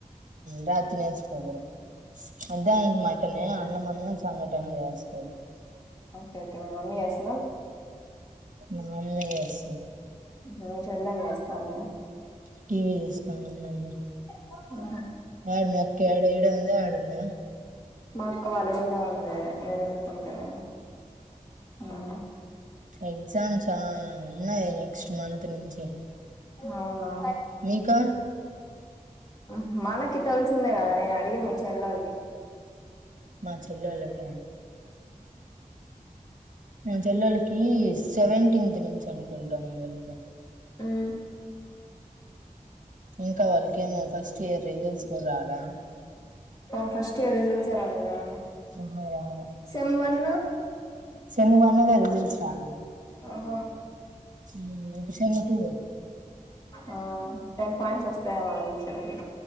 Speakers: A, on the right; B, on the left.
A: రాత్రి మధ్యానానికి మటనే అన్నం అన్నం సంఘటన చేస్తది
B: ఓకే ఓకే మీ మమ్మి చేస్తది
A: మ అమ్మె జెస్తది
B: మీ చెల్లెం చేస్తాంది
A: టీవీ చూస్తున్నారందరు
B: అ
A: కాదు మీఅక్క యాడ ఇడుందా ఆడుందా
B: మా అక్క వలూరులో ఉంది హే ఇదేండుకుంటది ఆ
A: ఎగ్జామ్స్ ఆ ఉన్నాయి నెక్స్ట్ మంత్ నుంచి
B: అవునా
A: మీకా
B: ఆహా మనక్ నీ కి తెలిసిందే కదా, నేను అడిగింది మీ చెల్లెల్కి.
A: మా చెల్లోలక మా చెల్లెలకి సెవెంటీన్త్ నుంచి అన్ కుంటాము వెళ్తే
B: అ
A: ఇంకా వాళ్ళకెమో ఫస్ట్ స్ట్ ఇయర్ రిజల్ట్స్ కూడా రాలా
B: ఓ ఫస్ట్ ఇయర్ రిజల్ట్స్ ఏ రాలేదా
A: సెమ్ము కాల
B: సెమ్ వన్
A: సెమ్ము వన్ ఎవరిది చాలా
B: అహ
A: మ్మ్ సెమ్ము టూ,
B: ఆ టెన్ పాయింట్స్ వస్తాయేమోలే మీ చెల్లికి